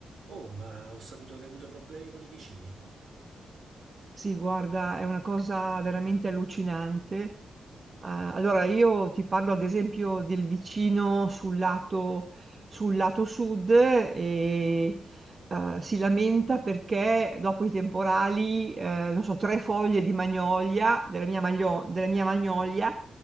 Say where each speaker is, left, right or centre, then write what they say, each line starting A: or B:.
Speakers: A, on the right (about 70°); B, on the right (about 40°).
A: Oh, ma ho saputo che hai avuto problemi con i vicini.
B: Sì, guarda, è una cosa veramente allucinante. Eh, allora, io ti parlo ad esempio del vicino sul lato, sul lato sud e eh, si lamenta perché dopo i temporali, eh, non so, tre foglie di magnolia, della mia, maglio- della mia magnolia,